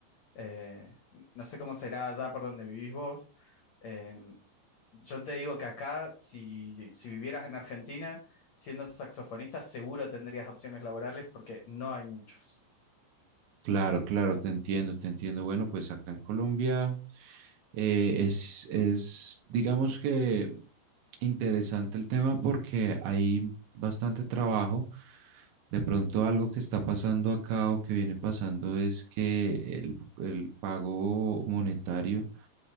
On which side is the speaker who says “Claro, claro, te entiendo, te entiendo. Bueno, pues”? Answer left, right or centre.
Right